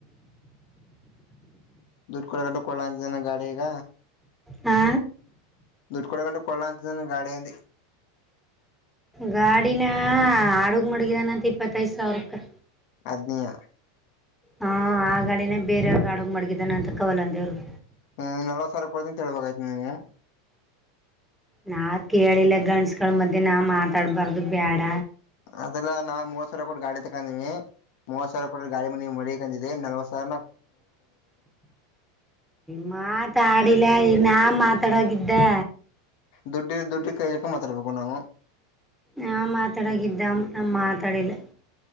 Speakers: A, on the left (about 60°); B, in the centre.
A: ದುಡ್ ಕಡ ಗಂಟ ಕೊಡನೆ ಗಾಡಿ ಈಗ
B: ಹಾ
A: ದುಡ್ಡು ಕೊಡಕೊಂಡು ಕೊಡ್ಲ ಅಂತಿದ್ದ ಗಾಡಿಯ ಅಂದ
B: ಗಾಡಿನ ಹ ಹಡುಗ್ ಮಡಗಿದಾನಂತ ಇಪ್ಪತ್ತದ್ ಸಾವಿರ
A: ಅದನಯ
B: ಹಾ ಆ ಗಾಡಿನೇ ಬೇರವ್ರ ಆಡಗ್ ಮಡಗಿದ್ದಾನ ಅಂತ ಕವಲ್ಲ ಅಂದೆವ್ರಗ್
A: ಹ್ಮ ನೆಲ್ಲ ಸರ್ ಕೊಡ್ತ ಅಂತ ಹೇಳ್ಬೇಕಯ್ತನಿ ನೀವು
B: ನಾ ಕೇಳಿಲ್ಲ ಗಂಡಸ್ಗಳ ಮಧ್ಯೆ ನಾವು ಮಾತಾಡ್ಬಾರ್ದು ಬೇಡ
A: ಅದೆಲ್ಲ ನಾವು ಮೂವತ್ ಸಾವಿರ ಕೊಟ್ಟ ಗಾಡಿ ತಕೊಂಡೀವಿ ಮೂವತ್ ಸಾವಿರ ಕೊಟ್ಟ ಗಾಡಿ ಮನೆ ಮಳಿ ಕಂದಿದೆ ನಲ್ವ ಸಿರ
B: ಮಾ ತಾಡಲ್ಲ ನಾ ಮಾತಾಡಾಗಿದ್ದೆ
A: ದುಡ್ಡು ದುಡ್ಡು ಕೈಲಿಕ್ಕ ಮಾತಾಡ್ಬೇಕಕ್ಕ ನಾವು
B: ನಾ ಮಾತಾಡಾಗಿದ್ದ ನ ಮಾತಾಡಿಲ್ಲ